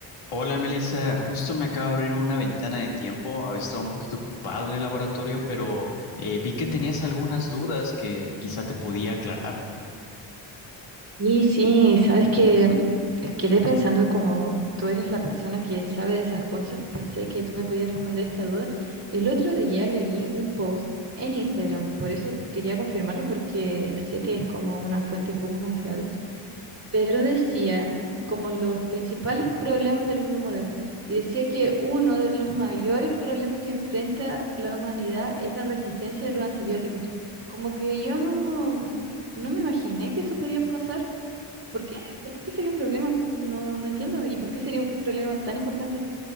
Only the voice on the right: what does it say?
Y sí, sabes que eh, quedé pensando como tú eres la persona que sabe de esas cosas, pensé que tú me podías responder esta duda. El otro día leí un post en Instagram, por eso quería confirmarlo porque sé que es como una fuente poco confiable, pero decía como los principales problemas del mundo moderno y decía que uno de los mayores problemas que enfrenta la humanidad es la resistencia de los antibióticos. Como que yo no, no me imaginé que eso podía pasar. ¿Por qué? ¿Por qué sería un problema? No, no entiendo. ¿Y por qué sería un problema tan importante?